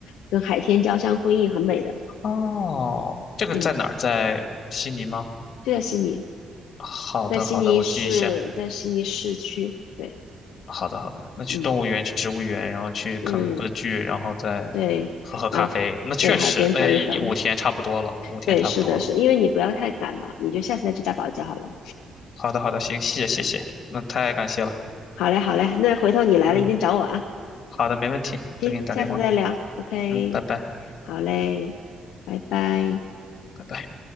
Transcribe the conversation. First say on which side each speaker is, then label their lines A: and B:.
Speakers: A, on the left; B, on the left.
A: 跟海天交相辉映，很美的。
B: 哦，这个在哪儿？
A: 嗯，
B: 在悉尼吗？
A: 就在悉尼，
B: 好的，
A: 在悉尼市，
B: 好的，我记一下。
A: 在悉尼市区，对，
B: 好的，好的，那去动物园，
A: 嗯
B: 去植物园，然后去看个歌剧，
A: 嗯
B: 然后再喝喝咖啡。
A: 对，然后对海边走一走，
B: 那确实，那一五天差不多了，五天差不多了。
A: 对，是的是，因为你不要太赶嘛，你就下次再去大堡礁好了。
B: 好的，好的，行，谢谢，谢谢，那太感谢了。
A: 好嘞，好嘞，那回头你来了一定找我啊。
B: 嗯，好的，没问题，我再给你打电话。
A: 行，下次再聊。OK，
B: 嗯，拜拜，
A: 好嘞，拜拜。
B: 拜拜。